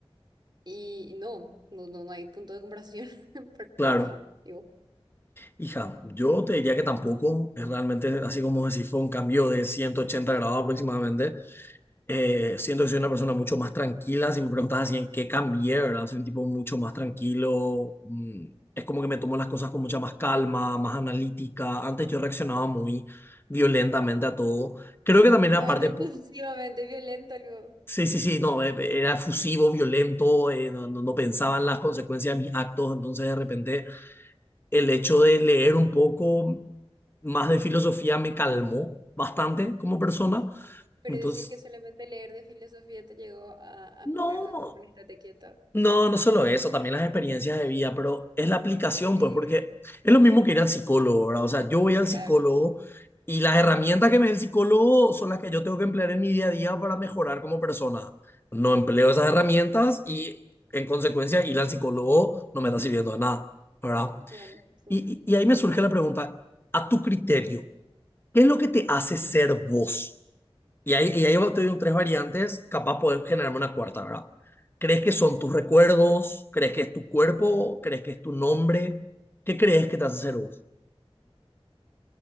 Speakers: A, on the right (about 45°); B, on the left (about 20°).
A: Y no, no, no, no hay punto de comparación <laughs>
B: claro.
A: para nada. Digo,
B: Hija, yo te diría que tampoco, es realmente así como decir, fue un cambio de 180 grados aproximadamente. Eh, siento que soy una persona mucho más tranquila. Si me preguntas así en qué cambié, ¿verdad? Soy un tipo mucho más tranquilo. mm, Es como que me tomo las cosas con mucha más calma, más analítica. Antes yo reaccionaba muy violentamente a todo. Creo que también
A: no,
B: era parte...
A: él es
B: po-
A: exclusivamente violento, digo.
B: Sí, sí, sí, no, eh, era efusivo, violento, eh, no, no, no pensaba en las consecuencias de mis actos. Entonces, de repente, el hecho de leer un poco más de filosofía me calmó bastante como persona.
A: Pero
B: Entonces,
A: decís que solamente leer de filosofía te llegó a, a
B: no.
A: ponerte como un estate quieto.
B: No, no solo eso, también las experiencias de vida, pero es la aplicación,
A: Sí,
B: pues, porque es lo mismo que ir al psicólogo, ¿verdad? O sea, yo voy al
A: claro.
B: psicólogo y las herramientas que me da el psicólogo son las que yo tengo que emplear en mi día a día para mejorar como persona. No empleo
A: Eh,
B: esas herramientas y, en consecuencia, ir al psicólogo no me está sirviendo de nada, ¿verdad?
A: Claro, sí.
B: Y, y y ahí me surge la pregunta, a tu criterio, ¿qué es lo que te hace ser vos? Y ahí, y ahí te digo tres variantes, capaz podés generarme una cuarta, ¿verdad? ¿Crees que son tus recuerdos? ¿Crees que es tu cuerpo? ¿Crees que es tu nombre? ¿Qué crees que te hace ser vos?